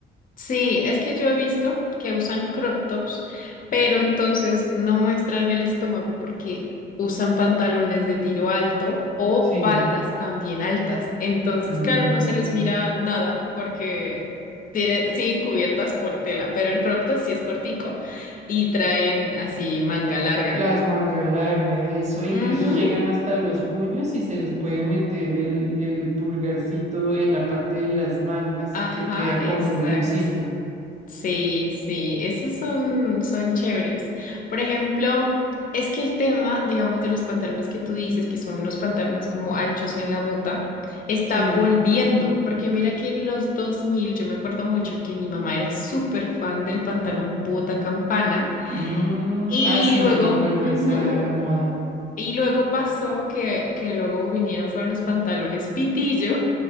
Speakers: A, on the left; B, on the right.
A: Sí, es que yo he visto que usan crop tops, pero entonces no muestran el estómago porque usan pantalones de tiro alto o
B: Sí.
A: faldas también altas. Entonces,
B: Mm.
A: claro, no se les mira nada porque tiene- siguen cubiertas por tela, pero el crop top sí es cortico y traen así manga larga.
B: Las manga larga, eso. Incluso
A: Ujú,
B: llegan hasta los puños y se les puede meter el, el pulgarcito en la parte de las mangas,
A: Ajá,
B: que queda
A: exacto.
B: como un bucito.
A: Sí, sí, esos son, son chéveres. Por ejemplo, es que el tema, digamos, de los pantalones que tú dices, que son unos pantalones como anchos en la bota, está
B: Sí.
A: volviendo, porque mira que en los 2000 yo me acuerdo mucho que mi mamá era súper fan del pantalón bota campana
B: Mm,
A: y
B: ah, sí,
A: luego,
B: yo me acuerdo
A: ujú,
B: de esa moda.
A: y luego pasó que, que luego vinieron, fueron los pantalones pitillo,